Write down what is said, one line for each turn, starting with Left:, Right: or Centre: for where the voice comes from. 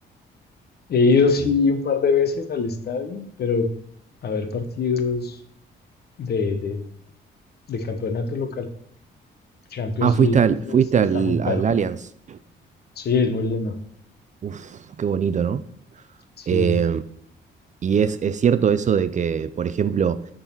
Left: He ido sí
Right: Mi-
Left: un par de veces al estadio, pero a ver partidos de, de, de campeonato local. Champions
Right: Ah, fuiste
Left: League
Right: al,
Left: es-
Right: fuiste
Left: es-
Right: al,
Left: está muy caro.
Right: al Allianz.
Left: Sí, es muy lindo.
Right: Uf, qué bonito, ¿no?
Left: Sí.
Right: Eh, y es, es cierto eso de que, por ejemplo,